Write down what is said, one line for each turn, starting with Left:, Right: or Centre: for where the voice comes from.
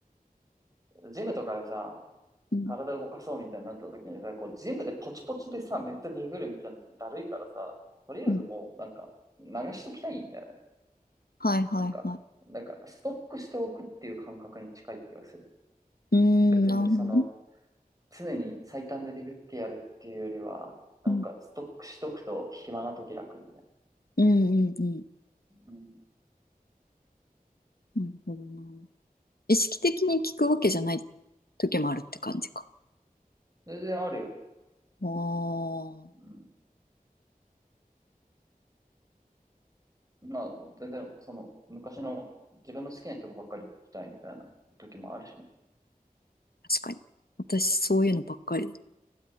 Right: ジムとかでさ、
Left: うん、
Right: 体動かそうみたいになった時にさ、こう、ジムでポチポチでさ、めっちゃディグるみたいなのだるいからさ、とりあえずもう、
Left: うん。
Right: なんか、流しときたいんだよね。
Left: はい、はい、
Right: なんか、
Left: はい。
Right: なんか、ストックしておくっていう感覚に近い気がする。
Left: うーん、
Right: 別に、
Left: なるほどね。
Right: その、常に最短でディグってやるっていうよりは、なんか、
Left: うん、
Right: ストックしとくと暇な時楽みたい
Left: うん、うん、うん。
Right: な。うん。
Left: なるほどな。意識的に聞くわけじゃない時もあるって感じか。
Right: 全然あるよ。
Left: ああ、
Right: うん。まあ、全然、その、昔の自分の好きな曲ばっかり聴きたいみたいな時もあるしね。
Left: 確かに。私、そういうのばっかりだ。